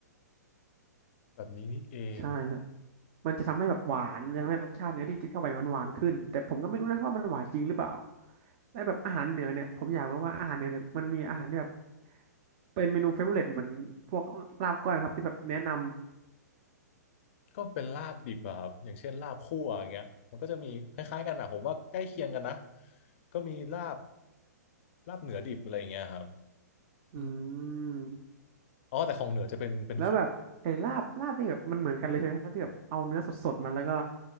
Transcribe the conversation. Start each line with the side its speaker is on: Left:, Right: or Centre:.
Left: แบบนี้นี่เอง
Right: ใช่ครับ มันจะทำให้แบบหวานทำให้รสชาติเนื้อที่กินเข้าไปเนี่ยมันหวานขึ้นแต่ผมก็ไม่รู้นะว่ามันหวานจริงหรือเปล่า และแบบอาหารเหนือเนี่ยผมอยากรู้ว่าอาหารเหนือเนี่ยมันมีอาหารที่แบบเป็นเมนูเฟเวอเรเหมือนพวกลาบก้อยไหมครับที่แบบแนะน
Left: ก็เป็นลาบดิบอะครับอย่างเช่นลาบคั่วอย่างเงี้ยมันก็จะมีคล้ายๆกันอะผมว่าใกล้เคียงกันนะก็มีลาบลาบเหนือดิบอะไรอย่างเงี้ยครับ
Right: ำอื
Left: อืม
Right: ม
Left: อ๋อแต่ของเหนือจะเป็นเป็นของ
Right: แล้วแบบไอ้ลาบลาบนี่แบบมันเหมือนกันเลยใช่ไหมครับที่แบบเอาเนื้อสดๆมันแล้วก็